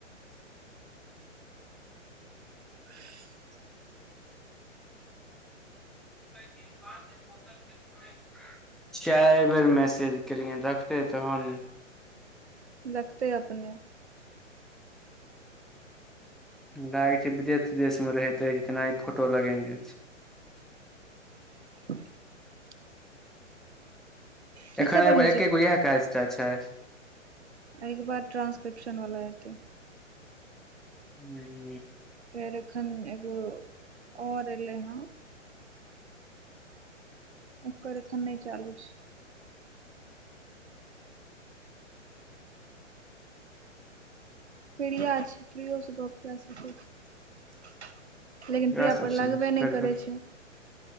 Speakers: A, on the right; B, in the centre.
A: <unintelligible>
B: <unintelligible> चाइर बेर मैसेज केलिए देखते तो हन
A: दखते अपने
B: लागै छै विदेश तिदेश में रहैत रहै छै तनाही फोटो लगेने छै
A: <unintelligible> की
B: एखन
A: सब
B: एगे
A: बनबै
B: एकेगो
A: छी
B: इएह काज टा छै
A: अय केँ बाद ट्रान्सक्रिप्शन वला एतै
B: <unintelligible>
A: फेर एखन एगो <inaudible> और एलै है ओकर एखन नै चालू छै प्रिय छै प्रियो स गप कए सकै छी <inaudible> लेकिन प्रिया
B: वएह सब
A: पर लगबे
B: सब
A: नै
B: करबै
A: करै छै